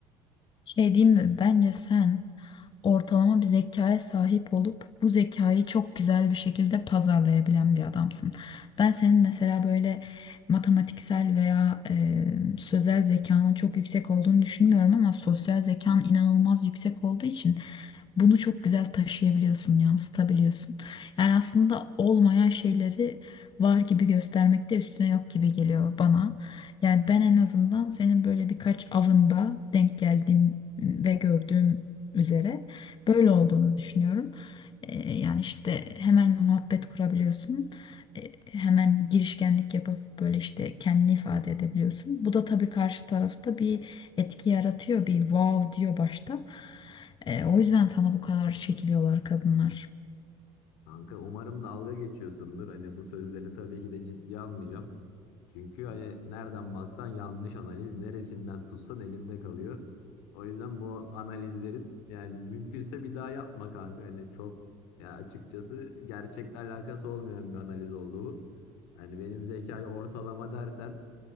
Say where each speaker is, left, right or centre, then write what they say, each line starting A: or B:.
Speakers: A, on the left; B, on the left.
A: Şey diyeyim mi? Bence sen ortalama bir zekaya sahip olup bu zekayı çok güzel bir şekilde pazarlayabilen bir adamsın. Ben senin mesela böyle matematiksel veya e, sözel zekanın çok yüksek olduğunu düşünmüyorum ama sosyal zekan inanılmaz yüksek olduğu için bunu çok güzel taşıyabiliyorsun, yansıtabiliyorsun. Yani aslında olmayan şeyleri var gibi göstermek de üstüne yok gibi geliyor bana. Yani ben en azından senin böyle birkaç avında denk geldiğim ve gördüğüm üzere Böyle olduğunu düşünüyorum. E, yani işte hemen muhabbet kurabiliyorsun. E, hemen girişkenlik yapıp böyle işte kendini ifade edebiliyorsun. Bu da tabii karşı tarafta bir etki yaratıyor. Bir wow diyor başta. E, o yüzden sana bu kadar çekiliyorlar kadınlar.
B: Kanka umarım dalga geçiyorsundur. Hani bu sözlerini tabii ki de ciddiye almayacağım. Çünkü hani nereden baksan yanlış analiz, neresinden tutsan elinde kalıyor. O yüzden bu analizlerin yani mümkünse bir daha yapma kanka. Hani çok ya açıkçası gerçekle alakası olmayan bir analiz oldu bu. Yani benim zekayı ortalama dersen